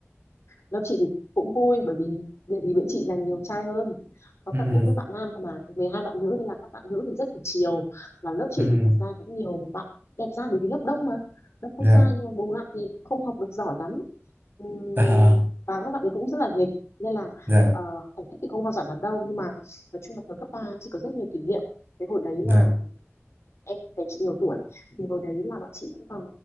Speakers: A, on the left; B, on the right.
A: lớp chị thì cũng vui bởi vì địa vì bên chị là nhiều trai hơn có
B: ừ
A: tận 40 bạn nam cơ mà 12 bạn nữ nên là các bạn nữ thì rất được chiều và lớp chị
B: ừ
A: thì thật ra cũng nhiều bạn đẹp trai bởi vì lớp đông mà lớp
B: dạ
A: con trai nhưng mà bù lại thì cũng không học được giỏi lắm Ừm,
B: À,
A: và các bạn ấy cũng rất là nghịch nên là
B: dạ
A: ờ, thành tích thì không hoa giỏi lắm đâu nhưng mà nói chung là thời cấp ba chị có rất nhiều kỷ niệm cái hồi đấy
B: dạ
A: là em thấy chị nhiều tuổi thì hồi đấy là bọn chị vẫn còn